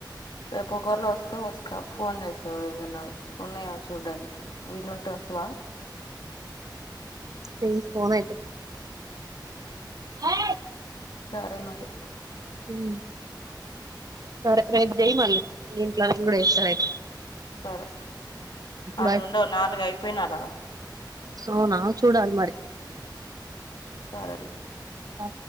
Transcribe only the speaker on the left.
రేపు ఒకవేళ వస్తే వస్తావు ఫోన్ చేస్తావు ఏమనా ఉన్నాయా చూడ్డానికి విల్లుంటే వస్తావా
సరే మరి
సరే అన్నుండవు
నాలుగు అయిపోయిన అలాగా
సరేలే